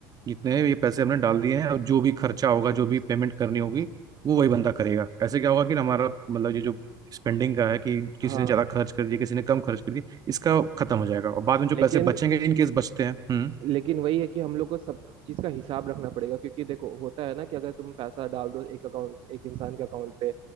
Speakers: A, on the right (about 35°); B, on the right (about 55°).
A: जितने ये पैसे हमने डाल दिए हैं और जो भी खर्चा होगा जो भी पेमेंट करनी होगी वो वही बंदा करेगा ऐसे क्या होगा कि हमारा मतलब ये जो स्पेंडिंग का है कि किसी
B: हाँ
A: ने ज़्यादा खर्च कर दिया किसी ने कम खर्च कर दिया इसका खत्म हो जाएगा और बाद में जो
B: लेकिन
A: पैसे बचेंगे इन केस बचते हैं हम्म
B: लेकिन वही है कि हम लोग को सब चीज का हिसाब रखना पड़ेगा क्योंकि देखो होता है ना कि अगर तुम पैसा डाल दो एक अकाउंट एक इंसान के अकाउंट पे